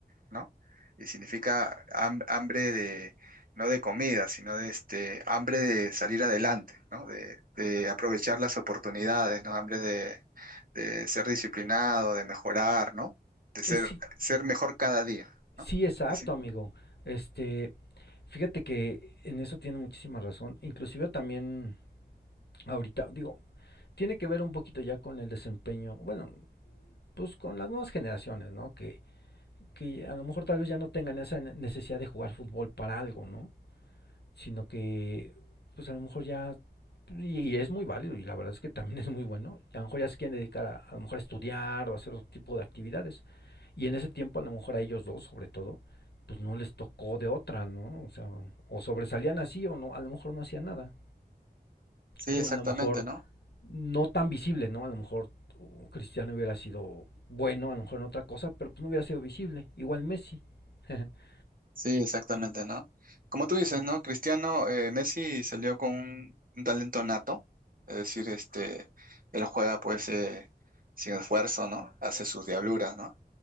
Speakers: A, on the right; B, on the left.
A: ¿no? Y significa ham- hambre de, no de comida, sino de este, hambre de salir adelante, ¿no? De, de aprovechar las oportunidades, ¿no? Hambre de, de ser disciplinado, de mejorar, ¿no? De ser,
B: Es, sí,
A: ser mejor cada día,
B: sí,
A: ¿no?
B: exacto,
A: Sí,
B: amigo. Este, fíjate que en eso tiene muchísima razón. Inclusive también ahorita, digo, tiene que ver un poquito ya con el desempeño, bueno, pues con las nuevas generaciones, ¿no? Que que a lo mejor tal vez ya no tengan esa necesidad de jugar fútbol para algo, ¿no? Sino que, pues a lo mejor ya, y, y es muy válido y la verdad es que también es muy bueno, a lo mejor ya se quieren dedicar a, a lo mejor a estudiar o a hacer otro tipo de actividades. Y en ese tiempo a lo mejor a ellos dos sobre todo, pues no les tocó de otra, ¿no? O sea, o sobresalían así o no, a lo mejor no hacían nada.
A: sí,
B: Digo,
A: exactamente,
B: a lo mejor
A: ¿no?
B: no tan visible, ¿no? A lo mejor uh, Cristiano hubiera sido bueno, a lo mejor en otra cosa, pero pues no hubiera sido visible. Igual Messi. <laughs>
A: Sí, exactamente, ¿no? Como tú dices, ¿no? Cristiano, eh, Messi salió con un, un talento nato, es decir, este, él juega pues eh, sin esfuerzo, ¿no? Hace sus diabluras, ¿no?